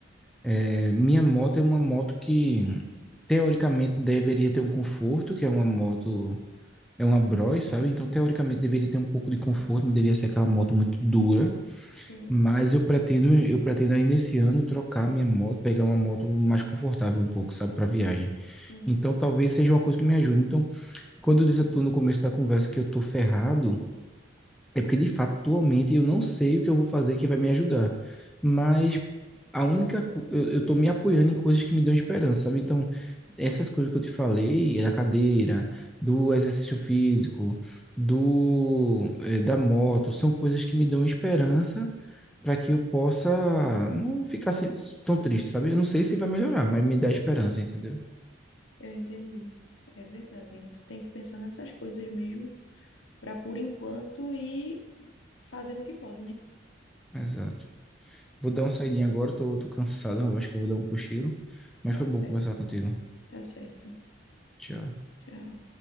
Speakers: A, in the centre; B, on the left.
A: é, minha moto é uma moto que teoricamente deveria ter um conforto, que é uma moto, é uma Bros, sabe? Então teoricamente deveria ter um pouco de conforto, não deveria ser aquela moto muito dura,
B: Sim,
A: mas eu pretendo, eu pretendo ainda esse ano trocar minha moto, pegar uma moto mais confortável um pouco, sabe, para viagem.
B: sim,
A: Então talvez seja uma coisa que me ajude. Então, quando eu disse a tu no começo da conversa que eu tô ferrado, é porque, de fato, atualmente eu não sei o que eu vou fazer que vai me ajudar. Mas a única. co- Eu, eu tô me apoiando em coisas que me dão esperança, sabe? Então, essas coisas que eu te falei, da cadeira, do exercício físico, do, eh, da moto, são coisas que me dão esperança para que eu possa não ficar se- tão triste, sabe? Eu não sei se vai melhorar, mas me dá esperança, entendeu?
B: eu entendi. É verdade. hein? Tu tem que pensar nessas coisas mesmo, para por enquanto ir fazendo o que pode, né?
A: Exato. Vou dar uma saidinha agora, tô, tô cansado, eu acho que eu vou dar um cochilo. Mas
B: Tá
A: foi
B: certo,
A: bom conversar contigo.
B: tá certo.
A: Tchau.
B: Tchau.